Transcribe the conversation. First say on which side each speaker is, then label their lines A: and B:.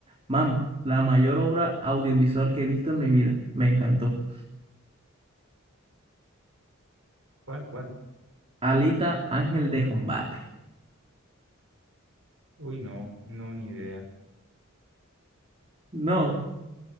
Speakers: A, on the right; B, on the right.
A: mam, la mayor obra audiovisual que he visto en mi vida, me encantó.
B: ¿Cuál, cuál?
A: Alita Ángel de Combate.
B: Uy, no, no, ni idea.
A: No,